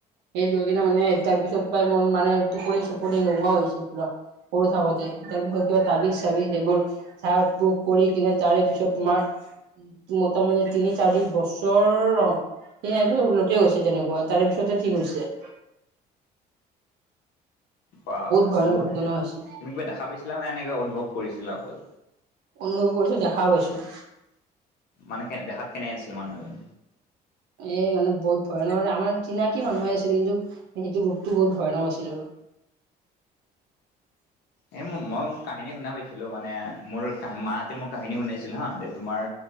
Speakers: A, on the right (about 80°); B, on the left (about 75°).
A: হেৰিত গৈ কিনে মানে তাৰ পিছত পায় মোৰ মানে টোপনি চোপনি নোহোৱা হৈছে পুৰা সৰু থাকোতে তাৰ পিছত কিবা তাবিজ চাবিজ এইবোৰ ধাৰ বুক কৰি কিনে তাৰে পিছত তোমাৰ মোটামুটি তিনি চাৰি বছৰ লকে গৈছে তেনেকোৱা তাৰে পিছতহে ঠিক হৈছে
B: বা
A: ভয়ানক
B: বহুত
A: ঘটনা
B: ধুনীয়া
A: হৈছিল।
B: তুমি কিবা দেখা পাইছিলা নে এনে কিবা অনুভৱ কৰিছিলা অকল
A: অনুভৱ কৰিছিলো দেখাও পাইছো
B: মানে কেনে দেখাত কেনে আনিছিলে মানুহজন
A: এ মানে বহুত ভয়ানক মানে আমাৰ চিনাকি মানুহে আছিলে কিন্তু সেইটো ৰূপটো বহুত ভয়ানক আছিল আৰু <inaudible>
B: এই মোৰ মই মোক কাহিনী শুনা পাইছিলো মানে মোৰ মাহঁতে মোক কাহিনী শুনাইছিলে হা তোমাৰ